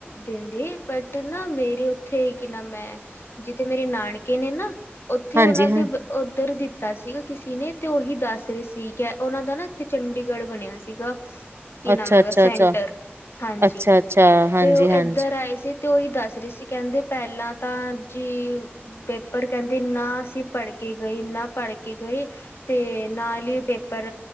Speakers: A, on the left; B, on the right.
A: ਦਿੰਦੇ ਬਟ ਜਿਥੇ ਨਾ ਮੇਰੇ ਉੱਥੇ ਕੀ ਨਾ ਮੈਂ ਜਿੱਥੇ ਮੇਰੇ ਨਾਨਕੇ ਨੇ ਨਾ ਉੱਥੇ
B: ਹਾਂਜੀ
A: ਉਹਨਾਂ ਦੇ
B: ਹਾਂ
A: ਉੱਧਰ ਦਿੱਤਾ ਸੀਗਾ ਕਿਸੇ ਨੇ ਅਤੇ ਉਹੀ ਦੱਸ ਰਹੇ ਸੀਗੇ ਉਹਨਾਂ ਦਾ ਨਾ ਇੱਥੇ ਚੰਡੀਗੜ੍ਹ ਬਣਿਆ ਸੀਗਾ ਕੀ
B: ਅੱਛਾ-ਅੱਛਾ-ਅੱਛਾ,
A: ਨਾਂ ਉਦਾਂ ਸੈਂਟਰ ਹਾਂਜੀ
B: ਅੱਛਾ-ਅੱਛਾ ਹਾਂਜੀ-ਹਾਂਜੀ
A: ਤੇ ਉਹ ਇੱਧਰ ਆਏ ਸੀ ਤੇ ਉਹੀ ਦੱਸ ਰਹੀ ਸੀ ਕਹਿੰਦੇ ਪਹਿਲਾਂ ਤਾਂ ਜੀ ਪੇਪਰ ਕਹਿੰਦੇ ਨਾ ਅਸੀਂ ਪੜ੍ਹ ਕੇ ਗਏ ਨਾ ਪੜ੍ਹ ਕੇ ਗਏ। ਤੇ ਨਾਲ ਹੀ ਪੇਪਰ